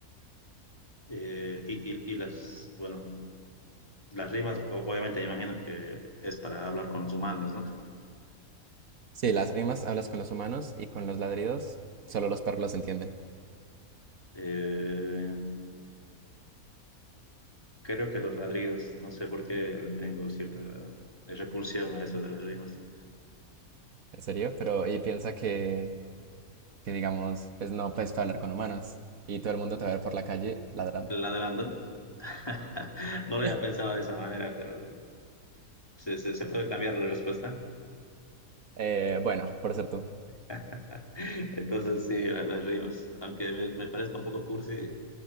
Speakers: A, on the left; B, on the right.
A: eh, y, y- y las, bueno, las rimas, o- obviamente me imagino que es para hablar con los humanos, ¿no?
B: Sí, las rimas hablas con los humanos y con los ladridos solo los perros los entienden.
A: Eh, creo que los ladridos, no sé por qué tengo cierta repulsión a eso de las rimas.
B: ¿En serio? Pero y piensa que, que digamos, pues no puedes hablar con humanos y todo el mundo te va a ver por la calle ladrando.
A: ¿Ladrando? <laughs>
B: <laughs>
A: No lo había pensado de esa manera, pero se, se- se puede cambiar la respuesta.
B: Eh, bueno, por ser tú.
A: <laughs> Entonces sí, la- las rimas, aunque me, me parezca un poco cursi,